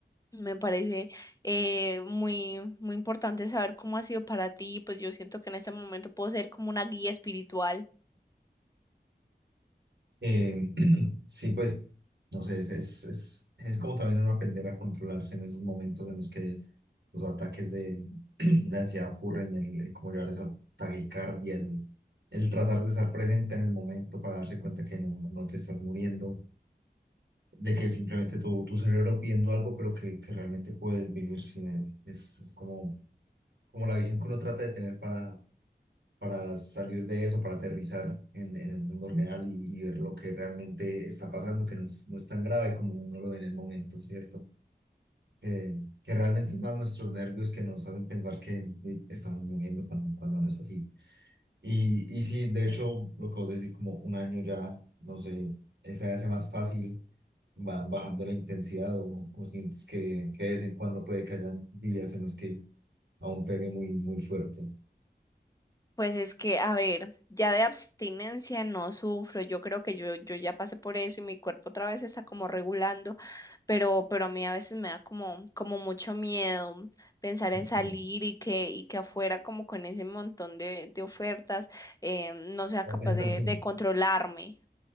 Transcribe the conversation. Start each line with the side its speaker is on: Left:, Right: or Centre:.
Left: me parece eh, muy, muy importante saber cómo ha sido para ti. Pues yo siento que en este momento puedo ser como una guía espiritual.
Right: Eh, <clears throat> sí, pues, no sé, es, es, es, es como también uno aprender a controlarse en esos momentos en los que los ataques de, <clears throat> de ansiedad ocurren, el, el cómo llevar esa taquicardia, el, el tratar de estar presente en el momento para darse cuenta que no, no te estás muriendo, de que simplemente tu, tu cerebro pidiendo algo, pero que, que realmente puedes vivir sin él. Es, es como, como la visión que uno trata de tener para para salir de eso, para aterrizar en, en el mundo real y, y ver lo que realmente está pasando, que no es, no es tan grave como uno lo ve en el momento, ¿cierto? Que, que realmente es más nuestros nervios que nos hacen pensar que estamos muriendo cuando, cuando no es así. Y, y sí, de hecho, lo que vos decís, como un año ya, no sé, se hace más fácil, van bajando la intensidad o, o sientes que, que de vez en cuando puede que hayan días en los que aún pegue muy, muy fuerte.
Left: Pues es que, a ver, ya de abstinencia no sufro, yo creo que yo, yo ya pasé por eso y mi cuerpo otra vez está como regulando, pero, pero a mí a veces me da como, como mucho miedo pensar
Right: Ok.
Left: en salir y que, y que afuera como con ese montón de, de ofertas eh, no sea capaz
Right: La tentación.
Left: de, de controlarme.